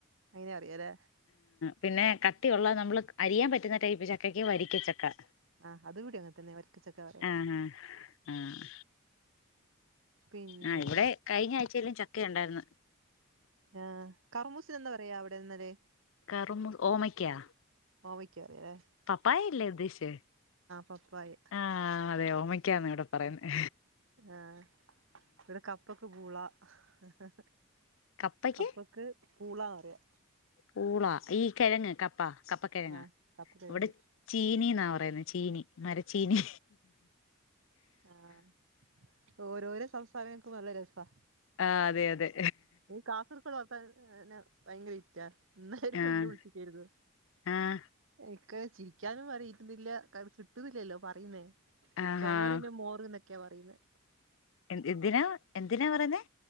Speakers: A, on the right; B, on the left.
A: അയിനെ അറിയാലെ
B: പിന്നെ കട്ടി ഉള്ള നമ്മള് അരിയാൻ പറ്റുന്ന ടൈപ്പ് ചക്കക്ക് വരിക്ക ചക്ക
A: ആഹ് അതിവിടിം അങ്ങെൻ തന്നെ വരിക്കച്ചക്കാ പറയാ
B: ആഹേ ആഹ്
A: പിന്നെ
B: ആ ഇവിടെ കഴിഞ്ഞ ആഴ്ചെയിലും ചക്ക ഉണ്ടായിര്ന്നു
A: ആഹ് കർമൂസ എന്നാ പറയാ അവിടെ ഇന്നല്
B: കറുമ ഓമയ്ക്കാ
A: മാമ്മയ്ക്കറിയാ ല്ലേ
B: പപ്പായല്ലേ ഉദ്ദേശിച്ചേ
A: പപ്പായ
B: ആഹ് അതെ ഓമക്കാന്ന ഇവിടെ പറയന്നേ
A: ആഹ് ഇവിടെ കപ്പക്ക് പൂള ഹാ ഹേ ഹേ
B: കപ്പയ്ക്ക്
A: കപ്പക് ക്ക് പൂളാറിയാ
B: പൂളാ ഈ കിഴങ്ങ് കപ്പ കപ്പ കിഴങ്ങാ
A: ആഹ് കപ്പ കിഴങ്ങിന്
B: ഇവിടെ ചീനിന്നാ പറയുന്നത് ചീനി മരച്ചീനി
A: ആഹ് ഓരോരോ സംസാരം കേകുംബം നല്ല രസാ
B: ആഹ് അതെ അതെ
A: ഈ കാസർഗോഡ ഇപ്പയ്ത്ത കാലം ഭയങ്കര വിറ്റാ ഇന്നലെ ഒരു
B: ആഹ്
A: പെണ്ണ് വിളിചികിര്ന്നു
B: ആഹ്
A: എക്ക് ചിരിക്കാനും പറയിരുന്നില്ല ക കിട്ടുന്നില്ലല്ലോ പറയുന്നേ
B: ആഹാ
A: കെണറിന് മോറ്ന്നെക്കെ പറയുന്നെ
B: എ <unintelligible> എന്തിനാ എന്തിനാ പറയുന്നേ?